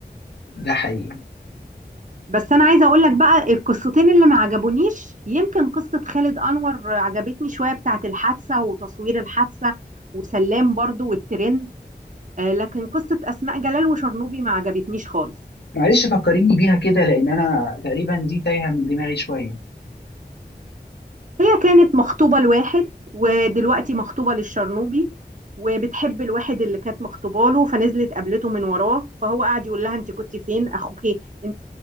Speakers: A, on the left (about 80°); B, on the right (about 50°).
A: ده حقيقي
B: بس انا عايزه اقول لك بقى القصتين اللي ما عجبونيش يمكن قصه خالد انور عجبتني شويه بتاعت الحادثه وتصوير الحادثه وسلام برضو والترند آه، لكن قصه اسماء جلال وشرنوبي ما عجبتنيش خالص
A: معلش فكريني بيها كده لان انا تقريبا دي تايهه من دماغي شويه
B: هي كانت مخطوبه لواحد ودلوقتي مخطوبه للشرنوبي وبتحب الواحد اللي كانت مخطوبه له فنزلت قابلته من وراه فهو قاعد يقول لها انت كنت فين اخوكي انت